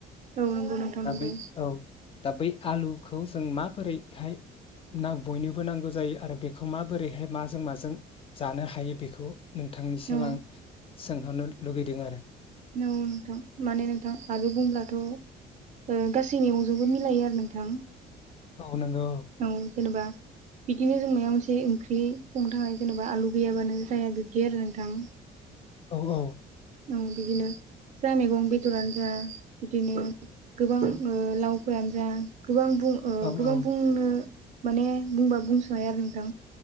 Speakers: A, on the right; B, on the left.
A: औ नंगौ नोंथां
B: दा
A: नंगौ
B: बै औ दा बे। आलुखौ जों माबोरैहाय ना बयनोबो नांगौ जायो आरो बेखौ माबोरैहाय मा जों माजों जानो हायो बेखौ नोंथांनिसिम
A: औ
B: आं। सोंहदनो लुगैदों आरो।
A: नंगौ नोंथां माने नोंथां आलु बुंब्लाथ' ओ गासै मैगंजोंबो मिलायो आरो नोंथां।
B: औ नोंगौ।
A: औ जेनेबा बिदिनो जों माया मोनसे ओंख्रि संनो थाखाय जेनेबा आलु गैयाबानो जाया बिब्दि आरो नोंथां।
B: औ औ।
A: औ बिदिनो जा मैगं बेदरानो जा बिदिनो गोबां ओ लावफोरानो जा। गोबां बुं ओ
B: औ
A: गोबां
B: औ
A: बुंनो माने बुंबाबो बुंस'हाया आरो नोंथां।